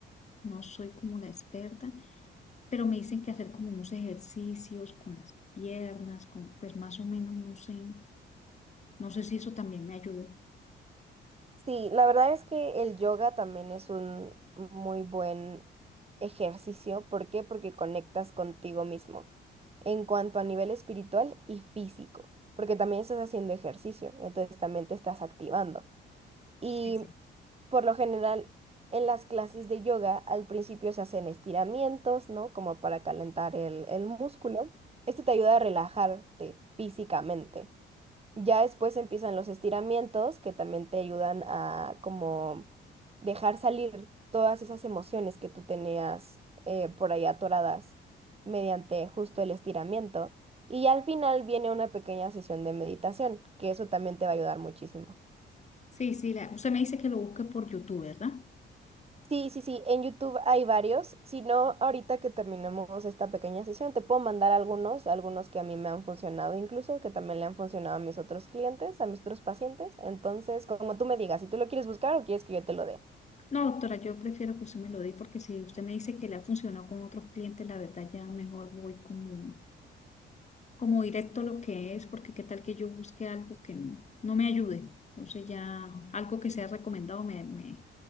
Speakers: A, on the left; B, on the right.
A: no soy como la experta, pero me dicen que hacer como unos ejercicios con las piernas, con, pues más o menos, no sé, no sé si eso también me ayude.
B: Sí, la verdad es que el yoga también es un muy buen ejercicio. ¿Por qué? Porque conectas contigo mismo en cuanto a nivel espiritual y físico, porque también estás haciendo ejercicio, entonces también te estás activando. Y
A: Sí, sí.
B: por lo general, en las clases de yoga al principio se hacen estiramientos, ¿no? Como para calentar el, el músculo. Esto te ayuda a relajarte físicamente. Ya después empiezan los estiramientos que también te ayudan a como dejar salir todas esas emociones que tú tenías eh, por ahí atoradas mediante justo el estiramiento. Y al final viene una pequeña sesión de meditación, que eso también te va a ayudar muchísimo.
A: Sí, sí, la- usted me dice que lo busque por YouTube, ¿verdad?
B: Sí, sí, sí, en YouTube hay varios. Si no, ahorita que terminemos esta pequeña sesión, te puedo mandar algunos, algunos que a mí me han funcionado incluso, que también le han funcionado a mis otros clientes, a mis otros pacientes. Entonces, como tú me digas, si tú lo quieres buscar o quieres que yo te lo dé.
A: No, doctora, yo prefiero que usted me lo dé porque si usted me dice que le ha funcionado con otros clientes, la verdad ya mejor voy como como directo lo que es, porque qué tal que yo busque algo que no, no me ayude. Entonces ya algo que sea recomendado me, me,